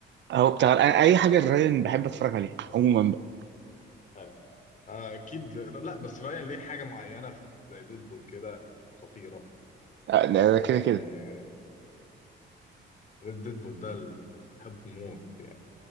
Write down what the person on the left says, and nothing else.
آه. آه اكيد لا لا، بس رايان ليه حاجه معينه في- زي ديدبول كده خطيره
آه
ديدبول ده ال- بحبه موت يعني